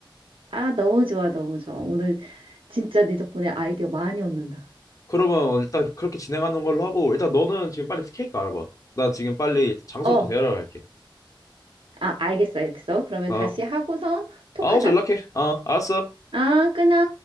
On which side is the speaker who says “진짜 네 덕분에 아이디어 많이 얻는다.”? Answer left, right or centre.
Right